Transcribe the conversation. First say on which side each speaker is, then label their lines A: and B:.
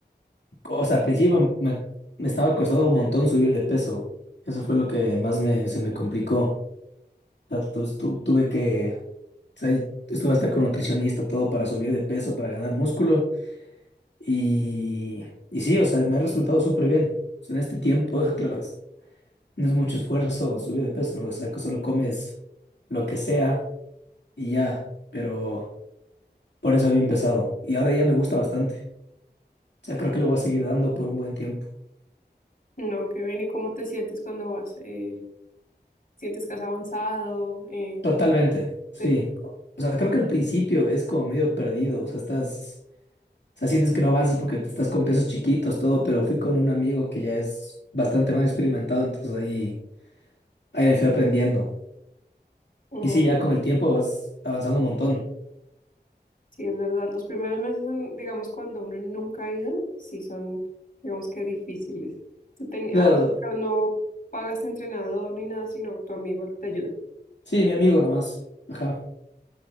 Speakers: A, on the left (about 85°); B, on the left (about 55°).
A: o sea, al principio me, me estaba costando un montón subir de peso. Eso fue lo que más me, se me complicó. O sea, tu- tu- tuve que, o sea, estuve hasta con nutricionista, todo para subir de peso, para ganar músculo. Y, y sí, o sea, me ha resultado súper bien. O sea, en este tiempo, <laughs> claro. No es mucho esfuerzo subir de peso, ¿no? O sea, que solo comes lo que sea y ya, pero por eso había empezado. Y ahora ya me gusta bastante. O sea, creo que le voy a seguir dando por un buen tiempo.
B: No, qué bien. ¿Y cómo te sientes cuando vas? Eh, ¿sientes que has avanzado? Eh,
A: Totalmente, sí.
B: ¿sí?
A: O sea, creo que al principio es como medio perdido. O sea, estás, o sea, sientes que no avanzas porque te estás con pesos chiquitos, todo, pero fui con un amigo que ya es bastante más experimentado, entonces ahí, ahí le fui aprendiendo.
B: Mm,
A: Y sí, ya con el tiempo vas avanzando un montón.
B: sí, es verdad. Los primeros meses son, digamos, cuando uno nunca ha ido, sí son, digamos que difíciles. Tú tenías,
A: Claro,
B: pero no pagaste entrenador ni nada, sino tu amigo te ayuda.
A: sí, mi amigo nomás. Ajá.